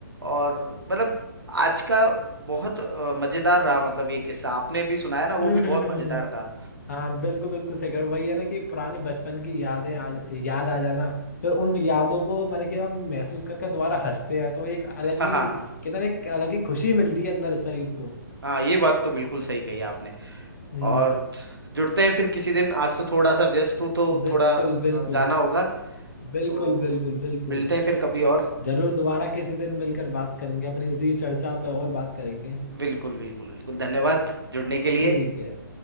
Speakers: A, on the right (about 85°); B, on the left (about 45°).
A: और मतलब आज का बहुत अ, मजेदार रहा मतलब ये किस्सा आपने भी सुनाया ना वो
B: हम्म
A: भी
B: हम्म
A: बहुत
B: हम्म,
A: मजेदार
B: हम्म।
A: था
B: हाँ बिल्कुल बिल्कुल सही करो वही है ना कि पुरानी बचपन की यादें आ याद आ जाना फिर उन यादों को मतलब कि हम महसूस करके दोबारा हंसते हैं तो एक अलग
A: हाँ
B: ही
A: हाँ
B: कहते हैं ना, एक अलग ही खुशी मिलती है अंदर शरीर को
A: हाँ, ये बात तो बिल्कुल सही कही आपने
B: हम्म
A: और जुड़ते हैं फिर किसी दिन आज तो थोड़ा सा व्यस्त हूँ तो
B: बिल्कुल
A: थोड़ा
B: बिल्कुल
A: अ, जाना होगा
B: बिल्कुल
A: तो
B: बिल्कुल बिल्कुल
A: मिलते हैं फिर कभी और
B: जरूर दोबारा किसी दिन मिलकर बात करेंगे अपनी इसी चर्चा पे और बात करेंगे
A: बिल्कुल बिल्कुल बिल्कुल धन्यवाद जुड़ने के लिए
B: ठीक है